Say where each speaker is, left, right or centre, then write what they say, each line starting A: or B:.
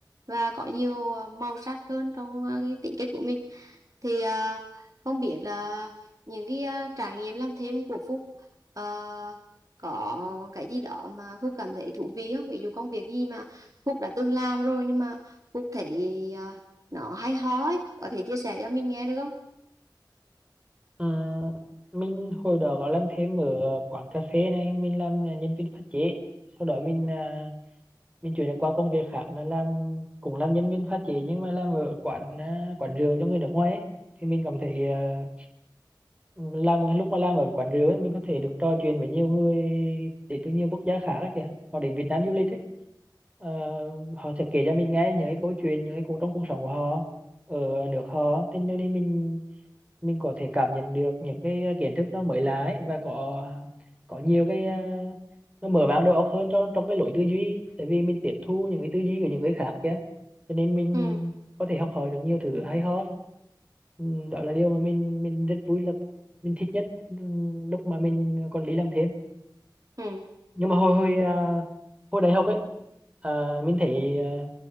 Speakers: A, on the right; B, on the right.
A: và có nhiều màu sắc hơn trong à, cái tính cách của mình thì à, không biết là những cái à, trải nghiệm làm thêm của Phúc à, có cái gì đó mà Phúc cảm thấy thú vị không ví dụ công việc gì mà Phúc đã từng làm rồi nhưng mà Phúc thấy à, nó hay ho ấy có thể chia sẻ cho mình nghe được không
B: Ờ, mình hồi đó có làm thêm ở ờ, quán cà phê này mình làm ờ, nhân viên pha chế sau đó mình ờ, mình chuyển qua công việc khác là làm cũng làm nhân viên pha chế nhưng mà làm ở quán ờ, quán rượu cho người nước ngoài ấy. thì mình cảm thấy ờ, làm lúc mà làm ở quán rượu ấy, mình có thể được trò chuyện với nhiều người đến từ nhiều quốc gia khác ấy kìa họ đến Việt Nam du lịch ấy Ờ, họ sẽ kể cho mình nghe những cái câu chuyện những cái câu trong cuộc sống của họ ở nước họ thế cho nên mình mình có thể cảm nhận được những cái ờ, kiến thức nó mới lạ ấy, và có có nhiều cái ờ, nó mở mang đầu óc hơn trong trong cái lối tư duy tại vì mình tiếp thu những cái tư duy của những người khác kia cho nên mình
A: ừ
B: có thể học hỏi được nhiều thứ hay ho Ừ, đó là điều mà mình mình rất vui là mình thích nhất ừ, lúc mà mình còn đi làm thêm
A: ừ
B: nhưng mà hồi hồi à, hồi đại học ấy à, mình thấy à,